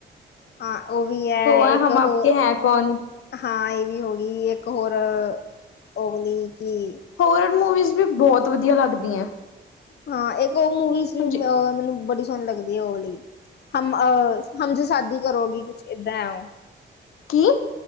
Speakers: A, on the left; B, on the left.
A: ਹਾਂ ਉਹ ਵੀ ਐ,
B: ਹੈ
A: ਇੱਕ
B: ਹਮ ਆਪਕੇ
A: ਹੋਰ
B: ਹੈ ਕੌਣ।
A: ਹਾਂ ਇਹ ਵੀ ਹੋ ਗਈ, ਇੱਕ ਹੋਰ, ਓ ਵਾਲੀ ਕੀ
B: ਹੋਰ ਮੂਵੀਜ਼ ਵੀ ਬਹੁਤ ਵਧੀਆ ਲੱਗਦੀਆਂ।
A: ਹਾਂ, ਇਕ ਉਹ ਮੂਵੀ
B: ਹਾਂਜੀ,
A: ਸੀ ਅ ਮੈਨੂੰ ਬੜੀ ਸੋਨੀ ਲੱਗਦੀ ਓ ਵਾਲੀ ਹਮ ਅਹ ਹਮ ਸੇ ਸ਼ਾਦੀ ਕਰੋਗੀ, ਕੁਛ ਏਦਾਂ ਹੈ ਓ।
B: ਕੀ?